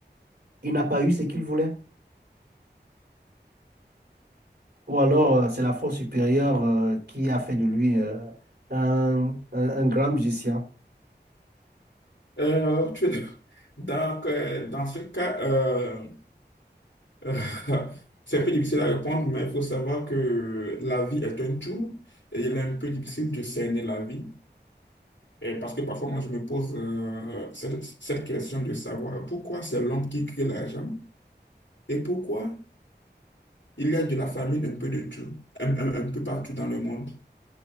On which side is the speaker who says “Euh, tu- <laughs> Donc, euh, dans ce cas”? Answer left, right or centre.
Left